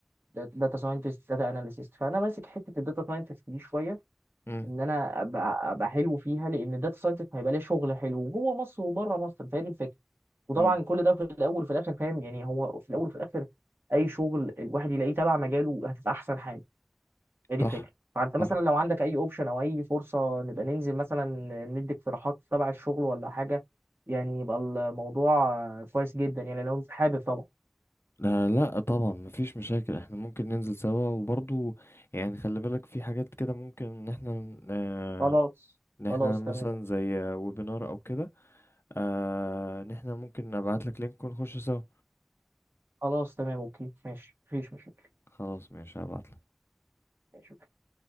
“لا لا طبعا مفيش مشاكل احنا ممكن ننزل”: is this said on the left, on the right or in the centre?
Left